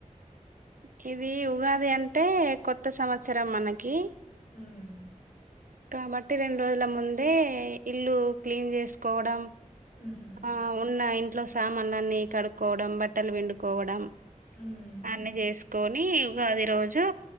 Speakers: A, on the right (about 80°); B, on the left (about 85°).
A: కివి ఉగాది అంటే కొత్త సంవత్సరం మనకి
B: ఉమ్
A: కాబట్టి రెండ్రోజుల ముందే ఇల్లు క్లీన్ చేస్కోవడం
B: హుహు.
A: ఆ ఉన్న ఇంట్లో సామాన్లన్నీ కడుక్కోవడం బట్టలు పిండుకోవడం
B: హ్మ్.
A: అన్నీ జేస్కోనీ ఉగాది రోజు